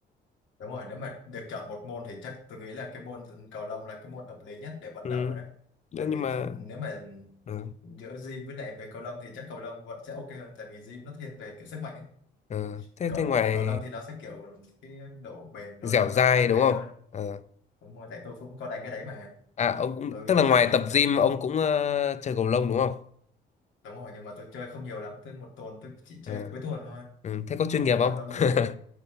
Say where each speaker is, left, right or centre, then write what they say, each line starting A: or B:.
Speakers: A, on the left; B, on the left.
A: Đúng rồi, nếu mà được chọn một môn thì chắc tôi nghĩ là cái môn cầu lông là cái môn hợp lý nhất để vận
B: ừ.
A: động rồi đó.
B: nhưng
A: Tại vì
B: nhưng mà
A: thi- nếu mà
B: ừ.
A: giữa gym với lại về cầu lông thì chắc cầu lông vẫn sẽ ok hơn tại vì gym nó thiên về kiểu sức mạnh ấy.
B: Ừ. thế
A: Còn
B: thế ngoài
A: với cầu lông thì nó sẽ kiểu cái độ bền rồi
B: dẻo dai
A: nó linh
B: đúng
A: hoạt
B: không
A: hơn.
B: Ờ,
A: Đúng rồi, tại tôi cũng có đánh cái đấy mà.
B: À ông cũng
A: Tôi
B: tức là ngoài
A: dạo này
B: tập
A: cũng đánh.
B: gym ông cũng ờ, chơi cầu lông đúng không?
A: Đúng rồi, nhưng mà tôi chơi không nhiều lắm, tôi một tuần tôi chỉ chơi
B: À,
A: cuối tuần thôi.
B: ừ, thế có chuyên
A: Hoặc
B: nghiệp
A: là
B: không?
A: lâu lâu lười
B: <laughs>